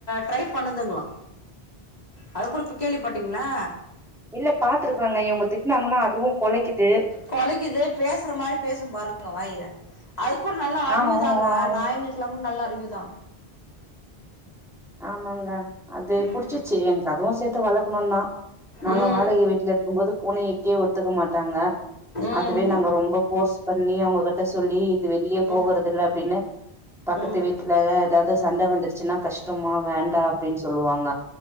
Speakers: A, on the left (about 40°); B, in the centre.
A: ட்ரை பண்ணுதுங்ளா அது கூட இப்பு கேள்விபட்டீங்ளா
B: இல்ல பாத்துருக்றங்க இவுங்க திட்னாங்கனா அதுவு கொழைக்கிது
A: கொழைக்கிது பேசுற மாரி பேசும் பாருங்க வாய்ய அதுக்கூ நல்ல அறிவு
B: ஆ ஊ
A: தாங்க
B: ஊ ஆ ஊ
A: நாய்ங்குளுக்குலாமு நல்ல அறிவு தா
B: ஆமாங்க அது
A: ம்
B: புடிச்சுச்சு என்க்கு அதுவு சேத்து வளக்கணுன் தா நாங்க
A: ம்
B: வாடகை வீட்ல இருக்கும் போது பூனையைக்கே ஒத்துக்க மாட்டாங்க
A: ம்
B: அதுவே நாங்க ரொம்ப ஃபோர்ஸ் பண்ணி அவுங்ககட்ட சொல்லி இது வெளிய
A: ம்
B: போகறதுல்ல அப்டின்னு பக்கத்து
A: ம்
B: வீட்லலா எதாது சண்ட வந்திர்ச் சும்மா வேண்டா அப்டின் சொல்லுவாங்க